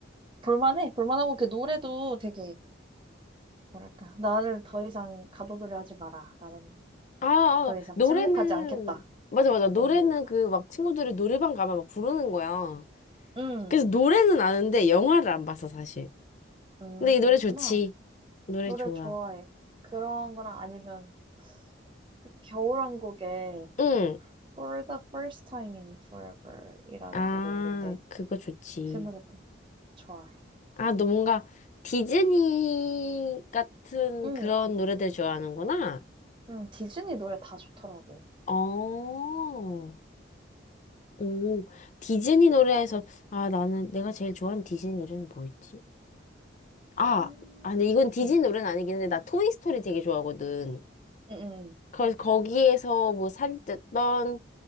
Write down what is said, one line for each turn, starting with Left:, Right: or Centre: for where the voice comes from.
Right: 볼만해. 볼만하고 그 노래도 되게 뭐랄까 나를 더 이상 가둬두려 하지 마라. 나는
Left: 아, 아,
Right: 더 이상
Left: 노래는,
Right: 침묵하지 않겠다.
Left: 맞아, 맞아. 노래는
Right: 이런 거니까.
Left: 그 막 친구들이 노래방 가면 막 부르는 거야.
Right: 음,
Left: 그래서 노래는 아는데 영화를 안 봤어, 사실.
Right: 음,
Left: 근데
Right: 그렇구나.
Left: 이 노래 좋지. 노래
Right: 노래
Left: 좋아.
Right: 좋아해. 그런 거랑 아니면 그 겨울왕국에
Left: 응.
Right: For the First Time in Forever 이라는
Left: 아,
Right: 노래 있는데
Left: 그거 좋지.
Right: 그 노래도 좋아해.
Left: 아, 너 뭔가 디즈니 같은
Right: 응,
Left: 그런 노래들 좋아하는구나.
Right: 응, 디즈니 노래 다 좋더라고.
Left: 어. 오, 디즈니 노래에서, 아, 나는 내가 제일 좋아하는 디즈니 노래는 뭐였지? 아,
Right: 음,
Left: 아, 근데 이건 디즈니
Right: 응,
Left: 노래는 아니긴 한데, 나 토이스토리 되게 좋아하거든.
Right: 응, 응.
Left: 그래서 거기에서 뭐 삽입됐던